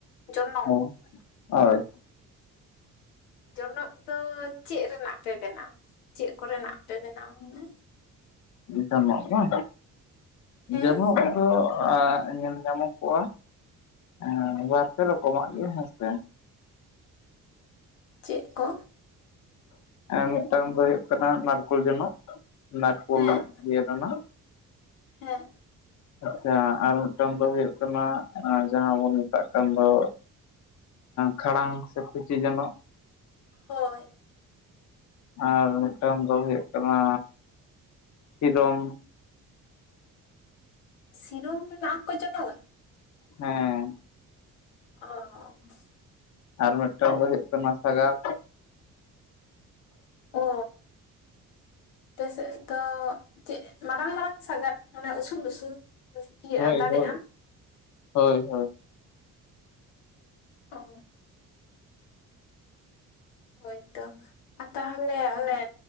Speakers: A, on the left; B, on the left.
A: ᱡᱚᱱᱚᱜ
B: ᱦ ᱦᱳᱭ
A: ᱡᱚᱱᱚᱜᱽ ᱫᱚ ᱪᱮᱫ ᱨᱮᱱᱟᱜ ᱯᱮ ᱵᱮᱱᱟᱣᱟ ᱪᱮᱫ ᱠᱚᱨᱮᱱᱟᱜ ᱯᱮ ᱵᱮᱱᱟᱣᱟ ᱦᱩᱱᱟᱹ
B: ᱡᱚᱱᱚᱜ ᱢᱟ
A: ᱦᱮᱸ
B: ᱡᱚᱱᱚᱜ ᱫᱚ ᱧᱮᱞ ᱧᱟᱢᱚᱜᱚᱜᱼᱟ ᱦᱮᱸ ᱵᱟᱨ ᱯᱮ ᱨᱚᱠᱚᱢᱟᱜ ᱜᱮ ᱦᱮᱸᱥᱮ
A: ᱪᱮᱫ ᱠᱚ
B: ᱦᱮᱸ ᱢᱤᱫᱴᱟᱝ ᱫᱚ ᱦᱩᱭᱩᱜ ᱠᱟᱱᱟ ᱱᱟᱨᱠᱳᱞ ᱡᱚᱱᱚᱜ ᱱᱟᱨᱠᱳᱞ
A: ᱦᱮᱸ
B: ᱤᱭᱟ ᱨᱮᱱᱟᱜ
A: ᱦᱮᱸ
B: ᱟᱪᱪᱷᱟ ᱟᱨ ᱢᱤᱫᱴᱟᱝ ᱫᱚ ᱦᱩᱭᱩᱜ ᱠᱟᱱᱟ ᱡᱟᱦᱟᱸ ᱵᱚᱱ ᱢᱮᱛᱟᱜ ᱠᱟᱱ ᱫᱚ ᱠᱷᱟᱲᱟᱝ ᱥᱮ ᱠᱩᱪᱤ ᱡᱚᱱᱚᱜ
A: ᱦᱳᱭ
B: ᱟᱨ ᱢᱤᱫᱴᱟᱝ ᱫᱚ ᱦᱩᱭᱩᱜ ᱠᱟᱱᱟ ᱥᱤᱨᱚᱢ
A: ᱥᱤᱨᱚᱢ ᱨᱮᱱᱟᱜ ᱦᱚᱠᱚ ᱡᱚᱱᱚᱜᱽ-ᱟ
B: ᱦᱮᱸ
A: ᱚᱻ
B: ᱟᱨ ᱢᱤᱫᱴᱟᱝ ᱫᱚ ᱦᱩᱭᱩᱜ ᱠᱟᱱᱟ ᱥᱟᱜᱟᱫ
A: ᱚ ᱛᱮᱥᱮᱫ ᱫᱚ ᱪᱮᱫ ᱢᱟᱨᱟᱝ ᱢᱟᱨᱟᱝ ᱥᱟᱜᱟᱫ ᱢᱟᱱᱮ ᱩᱥᱩᱞᱼ ᱩᱥᱩᱞ ᱤᱭᱟᱹᱜᱼᱟ
B: ᱦᱳᱭ
A: ᱫᱟᱲᱮᱜᱼᱟ
B: ᱦᱳᱭ ᱦᱳᱭ ᱦᱳᱭ
A: ᱚᱻ ᱦᱳᱭ ᱛᱚ ᱟᱨ ᱛᱟᱦᱚᱞᱮ ᱚᱱᱮ